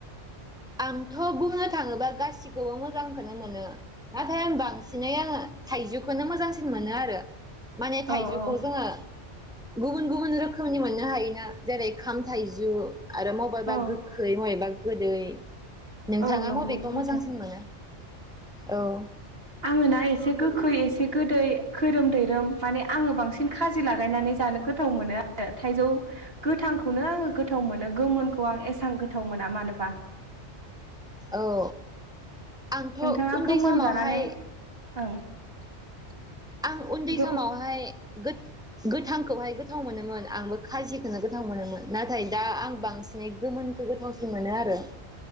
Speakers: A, in the centre; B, on the right.
A: आंथ' बुंनो थाङोबा गासिखौबो मोजांखौनो मोनो नाथाय आं बांसिनै आङो थाइजौ खौनो मोजांसिन मोनो आरो माने थाइजौखौ
B: औ औ
A: जोङो गुबुन गुबुन रोखोमनि मोननो हायोना जेरै खाम थाइजु आरो मबेबा
B: औ
A: गोख्रै मयेबा गोदै नोंथाङा
B: औ नंगौ
A: मबेखौ
B: सैथो
A: मोजांसिन मोनो औ
B: आङो ना एसे गोखै एसे गोदै खैरोम दैैरोम माने आङो बांसिन खाजि लागायनानै जानो गोथाव मोनो आरो थाइजौ गोथांखौनो आङो गोथाव मोनो गोमोनखौ आं एसां गोथाव मोना मानोबा
A: औ आंथ'
B: नोंथाङा
A: उन्दै
B: गोमोन
A: समावहाय
B: जानानै <inaudible>
A: आं उन्दै
B: गो
A: समावहाय गोथ गोथांखौहाय गोथाव मोनोमोन आंबो खाजिखौनो गोथाव मोनोमोन नाथाय दा आं बांसिनै गोमोनखौ गोथावसिन मोनो आरो